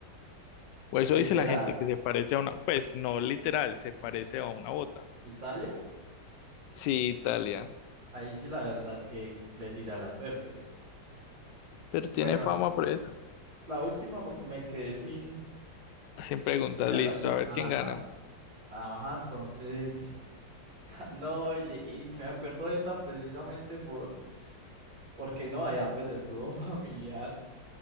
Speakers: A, on the left; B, on the right.
A: O eso
B: Literal.
A: dice la gente que se parece a una, pues no literal, se parece a una bota.
B: ¿Italia?
A: Sí, Italia.
B: Ahí sí la verdad es que le tira la suerte.
A: Pero tiene
B: Bueno,
A: fama por eso.
B: la última porque me quedé sin,
A: Sin preguntas,
B: ya
A: listo,
B: las que,
A: a
B: ajá.
A: ver quién gana.
B: Ah, Ajá, entonces, <laughs> no, y, le- y me acuerdo de esta precisamente por, porque no, allá pues estuvo <laughs> familiar.